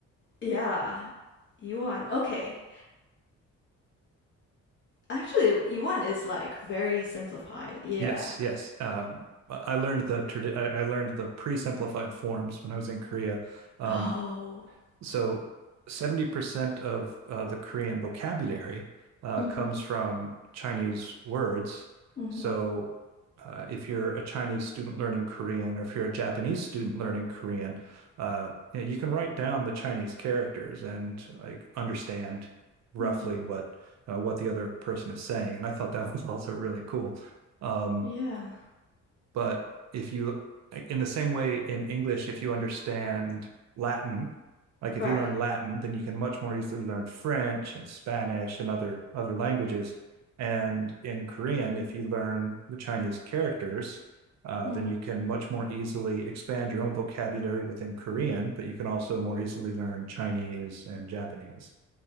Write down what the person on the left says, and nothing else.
Yeah. Yuan. Okay. Actually, yuan is like very simplified. Yeah.
Oh.
Mm-hmm.
Mm-hmm.
Mm.
Yeah.
Right.
Mm.